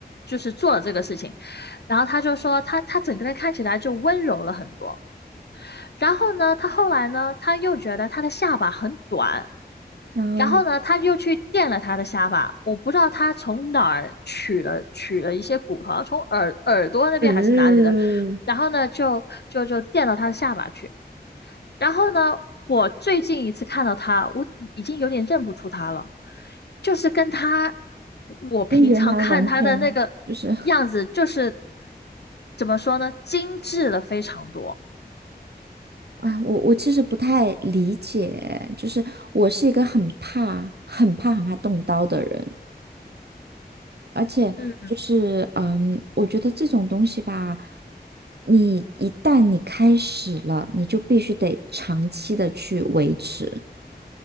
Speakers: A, on the left; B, on the right.
A: 就是做了这个事情，然后他就说他他整个人看起来就温柔了很多。然后呢，他后来呢，他又觉得他的下巴很短。
B: 然后又。
A: 然后呢，他就去垫了他的下巴。我不知道他从哪儿取了取了一些骨头，好像从耳耳朵那边还是哪里的。
B: 嗯，
A: 然后呢，就就就垫到他的下巴去。然后呢，我最近一次看到他，我已已经有点认不出他了，就是跟他我平常看他的那个
B: 跟原来完全就是
A: 样子，就是怎么说呢，精致了非常多。
B: 啊，我我其实不太理解，就是我是一个很怕、很怕、很怕动刀的人，而且就是嗯，
A: 嗯。
B: 我觉得这种东西吧，你一旦你开始了，你就必须得长期的去维持，